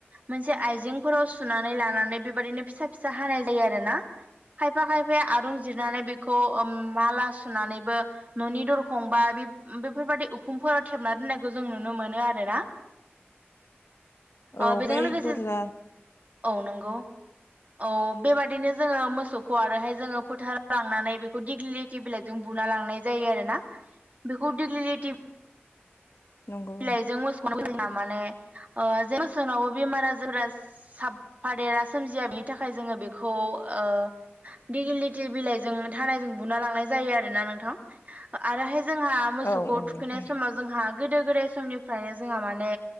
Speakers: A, on the right; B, on the left.
A: मोनसे से आइजेंफोराव सुनानै लानानै बेबाददिनो फिसा फिसा हानाय जायो आरो ना खायफा खायफाया आरुं जिरनानै बेखौ माला सुनानैबो न'नि दरखं बा बे बेफोरबायदि उखुमफोराव थेबना दोननायखौ जों नुनो मोनो आरोना ओ
B: औ
A: बेजों
B: बै
A: लोगोसे
B: दरजा
A: औ नंगौ औ बेबादिनो जोङो मो सौखौ आरोहाय जोङो फोथाराव लांनानै बेखौ दिग्लिटि बिलाइ जों बुना लांनाय जायो आरोना बेखौ दिगलिति
B: नंगौ
A: बिलाइजों मोसौ जोंहा माने जेसनावबो बेमार आजारा साफादेरा सोमजिया बिनि थाखाय जोङो बेखौ ओ दिगिलिटि बिलाइजों थारायजों बुना लांनाय जायो आरोना नोंथां आरोहाय जोंहा मोसौखौ
B: औ औ
A: थुखैनाय
B: नोंथां
A: समाव जोंहा गोदो गोदाय समनिफ्रायनो जोंहा माने